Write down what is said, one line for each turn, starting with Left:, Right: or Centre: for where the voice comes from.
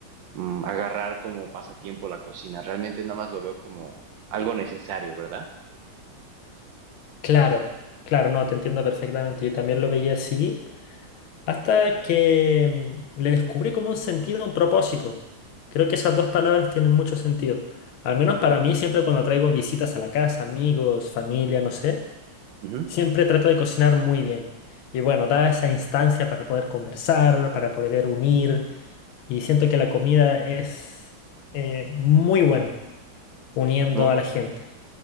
Right: mm, agarrar como pasatiempo la cocina. Realmente nada más lo veo como algo necesario, ¿verdad?
Left: Claro, claro, no, te entiendo perfectamente. Yo también lo veía así, hasta que mm, le descubrí como un sentido, un propósito. Creo que esas dos palabras tienen mucho sentido. Al menos para mí, siempre cuando traigo visitas a la casa, amigos, familia, no sé,
Right: Ujú.
Left: siempre trato de cocinar muy bien. Y bueno, da esa instancia para poder conversar, para poder unir, y siento que la comida es eh, muy bueno uniendo
Right: No.
Left: a la
Right: co-
Left: gente.